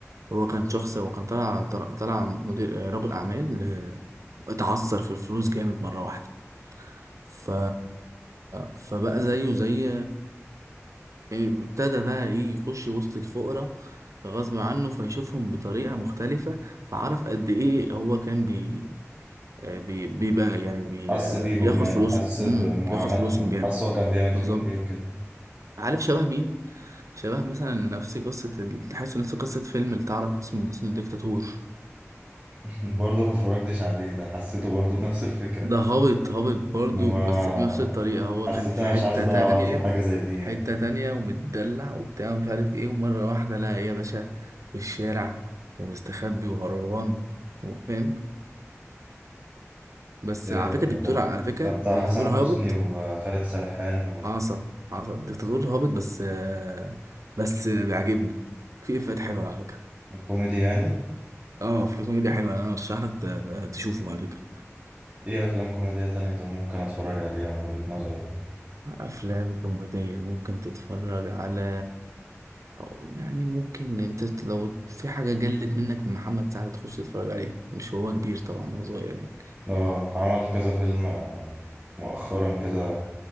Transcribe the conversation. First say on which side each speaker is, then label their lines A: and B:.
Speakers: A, on the right (about 85°); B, on the right (about 25°).
A: هو كان شخص وكان طلع طلع طلع مدير آه، رجل أعمال آه، اتعثر في الفلوس جامد مرة واحدة ف... فبقى زيه زي يعني ابتدى بقى ايه يخش وسط الفقراء غصب عنه فيشوفهم بطريقة مختلفة فعرف قد ايه هو كان بي آه، بي بيبقى يعني بي
B: حس
A: آه،
B: بيهم
A: بياخد
B: يعني
A: فلوسهم
B: حس
A: امم
B: بمعاناتهم
A: بياخد فلوسهم جامد
B: وحس هو كان بيعمل فيهم
A: بالظبط
B: ايه وكده
A: عارف شبه مين؟ شبه مثلا نفس قصة ال- تحس نفس قصة فيلم اللي تعرف اسمه اسمه الدكتاتور
B: <laughs> برضه ما اتفرجتش عليه ده حسيته برضه نفس الفكرة
A: ده هابط هابط برضو
B: ما
A: بس بنفس الطريقة هو
B: حسيت
A: كان في
B: انا
A: حتة
B: مش عايز اضيع
A: تانية
B: وقتي في حاجة زي دي يعني
A: حتة تانية ومتدلع وبتاع ومش عارف ايه ومرة واحدة لقى ايه يا باشا في الشارع ومستخبي وهربان و- فاهم بس
B: ده
A: على فكرة دكتور
B: ده
A: على فكرة
B: ده بتاع
A: دكتاتور
B: حسن حسني
A: هابط
B: وخالد سرحان
A: حصل حصل دكتاتور هابط بس آه، بس بيعجبني في افات حلوة على فكرة
B: كوميدي يعني
A: اه في كوميديا حلوة انا ارشح لك ت- تشوفه على فكرة
B: ايه افلام كوميدية تانية طب ممكن اتفرج عليها من وجهة نظرك يعني
A: أفلام كوميدية ممكن تتفرج على أو يعني ممكن أنت لو في حاجة جلت منك من محمد سعد تخش تتفرج عليها مش هو كبير طبعا هو صغير يعني
B: اه عمل كذا فيلم آه، مؤخرا كده